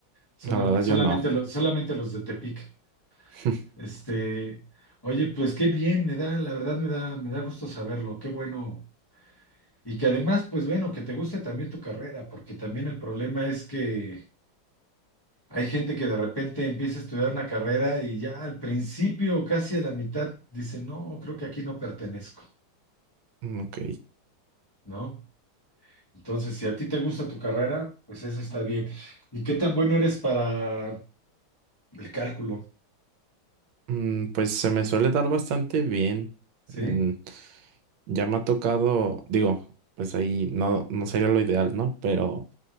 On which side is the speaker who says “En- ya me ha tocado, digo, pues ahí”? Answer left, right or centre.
Right